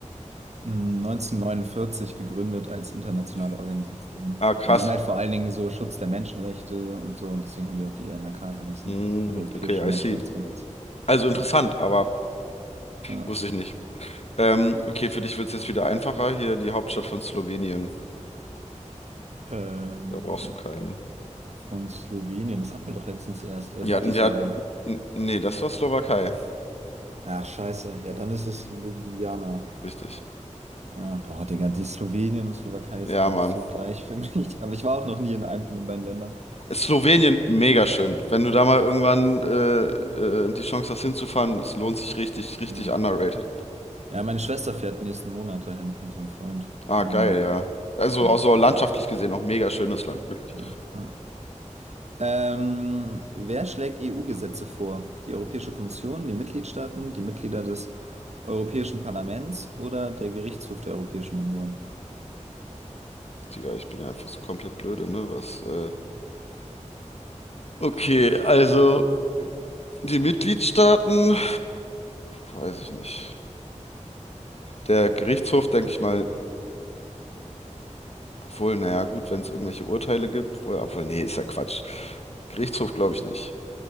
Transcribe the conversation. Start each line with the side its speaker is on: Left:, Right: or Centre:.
Right: mh, 1949 gegründet als internationale Organisation.
Left: Ah, krass.
Right: Und die sind halt vor allen Dingen so Schutz der Menschenrechte und so. Und deswegen haben die auch die EMRK erlassen,
Left: Mm,
Right: Europäische
Left: okay, I
Right: Menschenrechtskonvention.
Left: see. Also interessant, aber
Right: Ja,
Left: wusste ich nicht. Ähm, okay, für dich wird es jetzt wieder einfacher. Hier die Hauptstadt von Slowenien.
Right: ähm,
Left: Da brauchst du keinen.
Right: von Slowenien, das hatten wir doch letztens erst. Äh,
Left: Wir
Right: Bratislava.
Left: hatten, wir hatten, n- nee, das war Slowakei.
Right: Ach, scheiße. Ja, dann ist es Ljubljana.
Left: Richtig.
Right: Ah, boah, Digga, die Slowenien und Slowakei ist
Left: Ja,
Right: doch einfach
Left: Mann.
Right: so gleich für <laughs> mich. Aber ich war auch noch nie in einem von den beiden Ländern.
Left: Ist Slowenien mega schön. Wenn du da mal irgendwann äh, äh, die Chance hast hinzufahren, es lohnt sich richtig, richtig
Right: Ja,
Left: underrated.
Right: ja meine Schwester fährt nächsten Monat dahin mit ihrem Freund.
Left: Ah,
Right: Mm,
Left: geil, ja. Also
Right: ja,
Left: auch so landschaftlich gesehen auch mega schönes Land, wirklich.
Right: ja, ja. Ähm, wer schlägt EU-Gesetze vor? Die Europäische Kommission, die Mitgliedstaaten, die Mitglieder des Europäischen Parlaments oder der Gerichtshof der Europäischen Union?
Left: Digga, ich bin ja einfach so komplett blöde, ne? Was, äh... Okay, also die Mitgliedstaaten, weiß ich nicht. Der Gerichtshof, denke ich mal, obwohl, naja, gut, wenn es irgendwelche Urteile gibt, obwohl, obwohl, nee, ist ja Quatsch. Gerichtshof glaube ich nicht.